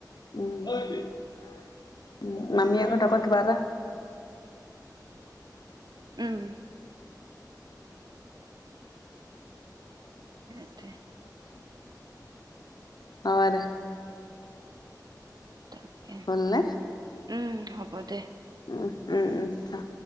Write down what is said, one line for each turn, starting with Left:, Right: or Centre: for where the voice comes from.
Left: উ উ নামি আগৰ তপা এক বাৰ
Right: উম সেইটোৱে।
Left: অ', দে
Right: তাকে
Left: হলনে?
Right: উম হ'ব দে।
Left: উম- উম- উম- অহ